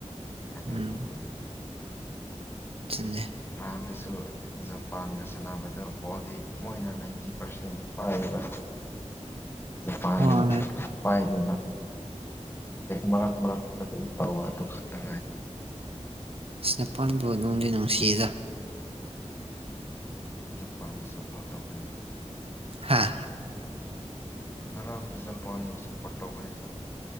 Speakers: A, on the left (about 20°); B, on the right (about 55°).
A: ꯑꯗꯨ
B: ꯎꯝ
A: ꯀꯄꯅꯤ
B: ꯆꯨꯝꯃꯦ
A: ꯑꯩꯗꯁꯨ ꯖꯄꯥꯟꯒ ꯁꯥꯟꯅꯕꯗ ꯕꯣꯜꯗꯤ ꯃꯣꯏꯅ ꯅꯥꯏꯟꯇꯤ ꯄꯥꯔꯁꯦꯟꯅꯤ ꯄꯥꯏꯌꯦꯕ ꯄꯅꯤ
B: ꯍꯣꯏ
A: ꯄꯥꯏ ꯀꯝꯔ ꯃꯔꯔꯛ ꯃꯔꯔꯛ ꯇ ꯑꯗꯨ ꯐ
B: ꯅꯄꯥꯟꯕꯨ ꯅꯅꯨꯡꯖ ꯅꯨꯡꯁꯤꯗ
A: ꯖꯥꯟ ꯁꯄꯣꯔ ꯇꯧꯕ
B: ꯍꯥꯥ
A: ꯉꯔꯥꯡꯗ ꯖꯄꯥꯟꯕꯨ ꯁꯞꯄꯣꯔꯠ ꯇꯧꯕꯅꯤꯅ